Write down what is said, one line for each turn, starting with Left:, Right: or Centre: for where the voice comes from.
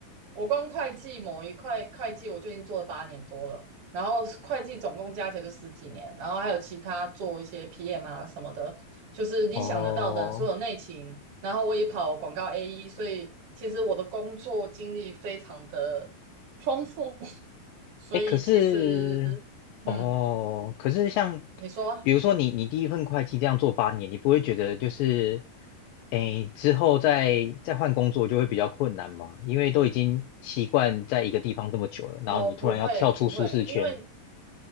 Right: 我光会计某一块会计，我就已经做了八年多了。然后会计总共加起来就十几年，然后还有其他做一些 PM 啊什么的，就是你想得到的所有内勤。
Left: 哦。
Right: 然后我也跑广告 AE，所以其实我的工作经历非常的丰富。<laughs> 所以其实，
Left: 哎，可是，
Right: 嗯，
Left: 哦，可是像，
Right: 你说啊
Left: 比如说你你第一份会计这样做八年，你不会觉得就是，哎，之后再再换工作就会比较困难吗？因为都已经习惯在一个地方这么久了，
Right: 哦，
Left: 然后你突然要跳出舒适圈，
Right: 不会不会，因为